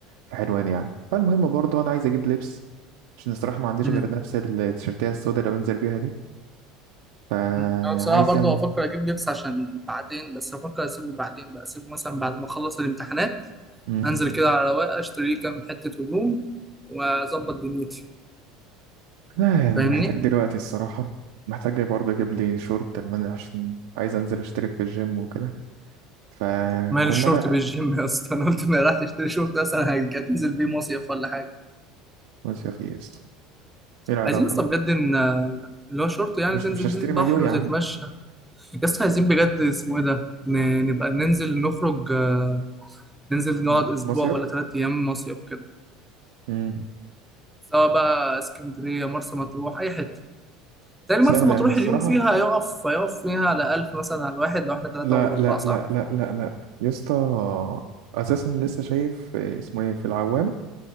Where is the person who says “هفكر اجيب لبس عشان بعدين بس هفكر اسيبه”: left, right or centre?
Centre